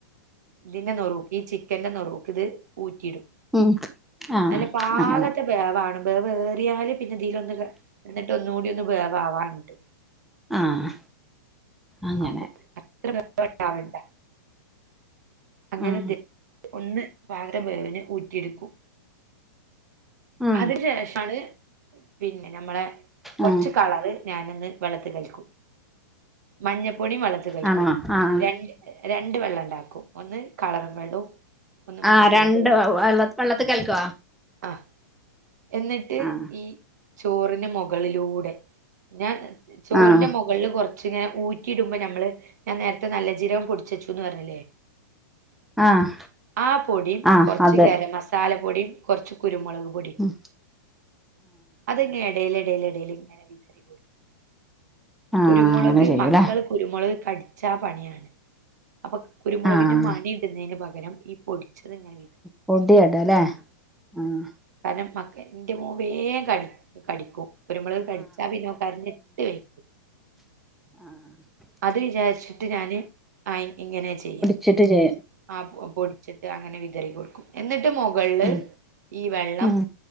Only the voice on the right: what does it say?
ഇതിന്റെ നുറുക്ക് ഈ ചിക്കന്റെ നുറുക്ക് ഇത് ഊറ്റിയിടും
നല്ല പാകത്തെ
ബേവാണ് ബേവേറിയാല് പിന്നെതിലൊന്ന് ഒന്നുകൂടി ഒന്ന് വേവാവണ്ട്
അപ്പൊ അത്രണ്ടാവണ്ട അങ്ങനെ
ഒന്ന് പാകത്തെ വേവിന് ഊറ്റിയെടുക്കു
അതിന ശേഷമാണ് പിന്നെ നമ്മളെ കുറച്ച്
കളറ് ഞാനന്ന് വള്ളത്തിൽ കൽക്കും മഞ്ഞപ്പൊടിയും വള്ളത്തിൽ കൽക്കും
രണ്ട് രണ്ട് വെള്ളം ഉണ്ടാക്കും ഒന്ന് കളറും വെള്ളവും ഒന്ന് മഞ്ഞപ്പൊടിന്റെ
ആഹ എന്നിട്ട്
ഈ ചോറിന് മുകളിലൂടെ ഞാൻ ചോറിന്റെ
മുകളില് കുറച്ചിങ്ങനെ ഊ റ്റി ഇടുമ്പോ നമ്മള് ഞാൻ നേരത്തെ നല്ല ജീരകം പൊട്ടിച്ചച്ചുന്ന് പറഞ്ഞില്ലേ
ആ പൊടിയും
കുറച്ച്
ഗരം മസാല പൊടിയും കുറച്ച് കുരുമുളക് പൊടിയും
അതെങ്ങനെ എടേല് ഡെലേ ഡെല ഇങ്ങനെ കൊടുക്കും
കുരുമുളക്
മക്കൾ കുരുമുളക് കടിച്ച പണിയാണ് അപ്പൊ കുരുമുളകിന്റെ
മണി ഇടുന്നതിന് പകരം ഈ പൊടിച്ചത് ഞാൻ
കാരണം മക ന്റെ മോൻ വേഗം കടിക്കും കുരുമുളക് കടിച്ചാ പിന്നെ ഓൻ കരഞ്ഞിട്ട് വെയ്
അത് വിചാരിച്ചിട്ട് ഞാന് ഇങ്ങനെ ചെയ്യാ
ആ പൊടിച്ചിട്ട് അങ്ങനെ വിതറി കൊടുക്കും എന്നിട്ട് മുകളില്
ഈ വെള്ളം